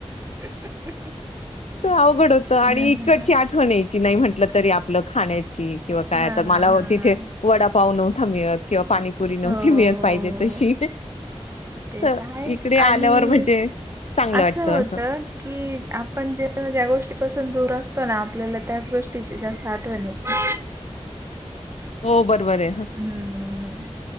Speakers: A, on the right; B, on the left.
A: एक
B: थोड अवघड होत आणि
A: हां,
B: इकडची
A: हां,
B: आठवण येई- नाही म्हंटलं तरी आपलं खाण्याची किंवा काय
A: हां,
B: आता
A: हां,
B: मला
A: हां.
B: <unintelligible> तिथे- वडापाव नव्हता मिळत किंवा पाणीपुरी नव्हती
A: हो, हो,
B: मिळत, पाहिजे
A: हो.
B: तशी-
A: ते
B: तर
A: काय
B: इकडे आल्यावर
A: आणि
B: म्हणजे चांगलं
A: असं
B: वाटतं
A: होत की- आपण जे ज्या गोष्टीपासून दूर असतो ना, आपल्याला त्याच गोष्टीची जास्त आठवण येते. -
B: हो बरोबर आहे. -
A: हम्म हम्म हम्म-